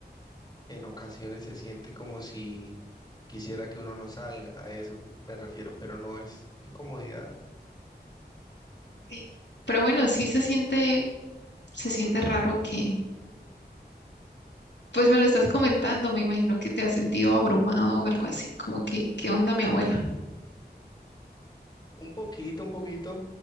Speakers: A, on the left; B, on the left.
A: en ocasiones se siente como si quisiera que uno no salga, a eso me refiero, pero no es incomodidad.
B: Ok. Pero bueno, sí se siente, se siente raro que, pues me lo estás comentando, me imagino que te has sentido abrumado o algo así, como que, ¿qué onda mi abuela?
A: Un poquito, un poquito,